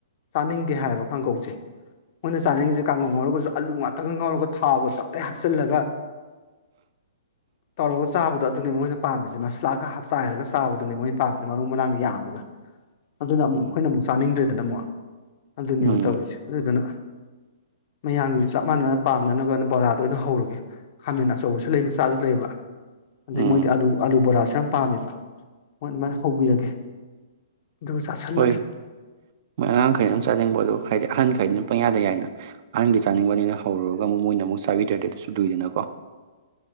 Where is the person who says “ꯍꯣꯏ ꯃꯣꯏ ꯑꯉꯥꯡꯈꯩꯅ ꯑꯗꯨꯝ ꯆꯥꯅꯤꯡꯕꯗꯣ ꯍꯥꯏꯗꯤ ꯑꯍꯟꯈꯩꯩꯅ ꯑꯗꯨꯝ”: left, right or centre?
Right